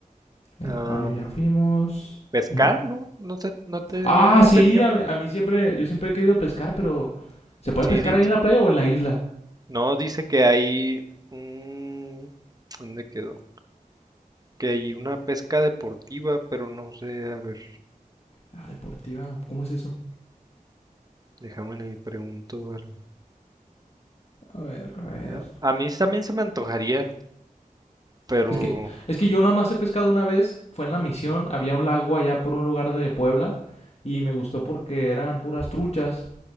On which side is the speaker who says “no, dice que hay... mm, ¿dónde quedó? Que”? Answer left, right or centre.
Right